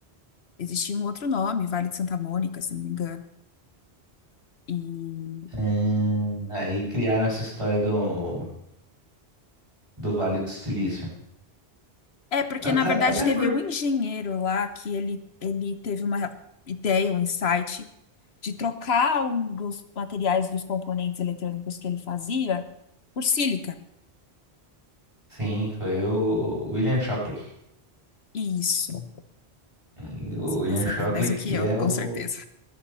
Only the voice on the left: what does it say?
Existia um outro nome, Vale de Santa Mônica, se não me engano. E
é porque,
na verdade,
teve
um engenheiro lá que ele, ele teve uma ideia, um insight de trocar um dos materiais dos componentes eletrônicos que ele fazia por sílica.
Isso,
você
vai saber
mais do
que eu,
com
certeza.